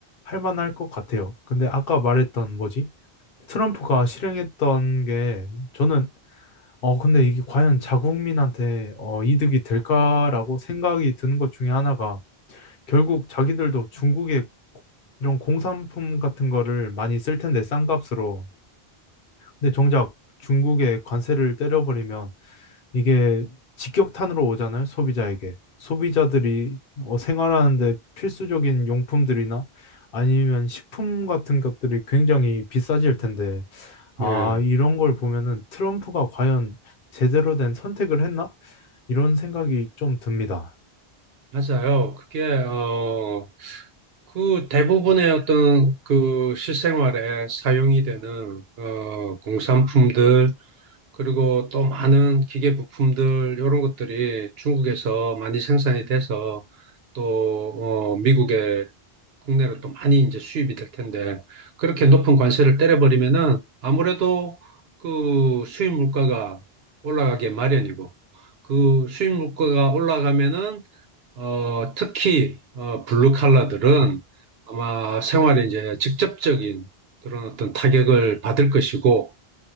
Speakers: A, on the left; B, on the right.
A: 만할 것 같아요. 근데 아까 말했던 뭐지? 트럼프가 실행했던 게 저는 어 근데 이게 과연 자국민한테 어 이득이 될까라고 생각이 드는 것 중에 하나가 결국 자기들도 중국의 이런 공산품 같은 거를 많이 쓸 텐데 싼 값으로 근데 정작 중국에 관세를 때려버리면 이게 직격탄으로 오잖아요, 소비자에게. 소비자들이 어, 생활하는데 필수적인 용품들이나 아니면 식품 같은 것들이 굉장히 비싸질 텐데, 아,
B: 네,
A: 이런 걸 보면은 트럼프가 과연 제대로 된 선택을 했나? 이런 생각이 좀 듭니다.
B: 맞아요. 그게 어, 그 대부분의 어떤 그 실생활에 사용이 되는 어, 공산품들 그리고 또 많은 기계 부품들 이런 것들이 중국에서 많이 생산이 돼서 또 어, 미국에 국내로 또 많이 이제 수입이 될 텐데 그렇게 높은 관세를 때려버리면은 아무래도 그 수입 물가가 올라가게 마련이고 그 수입 물가가 올라가면은 어 특히 어 블루 칼라들은 아마 생활에 이제 직접적인 그런 어떤 타격을 받을 것이고